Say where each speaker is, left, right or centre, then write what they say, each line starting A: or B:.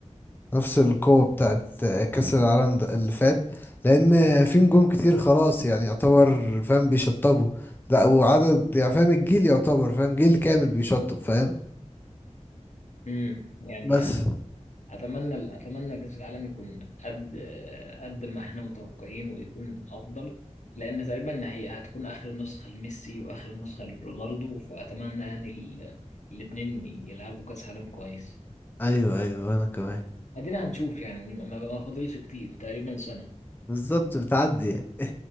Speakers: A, on the left; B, on the left.
A: نفس القوة بتاعت كأس العالم ده اللي فات لأن في نجوم كتير خلاص يعني يعتبر فاهم بيشطبوا لا وعدد يعني فاهم الجيل يعتبر فاهم جيل كامل بيشطب فاهم
B: امم يعني
A: بس
B: اتمنى اتمنى كاس العالم يكون قد قد ما احنا متوقعين ويكون افضل لان تقريبا هي هتكون اخر نسخه لميسي واخر نسخه لرونالدو فاتمنى يعني ال- الاتنين يلعبوا كاس عالم كويس
A: ايوه ايوه انا كمان
B: ادينا هنشوف يعني ما ما فاضلش كتير تقريبا سنه
A: بالظبط بتعدي يعني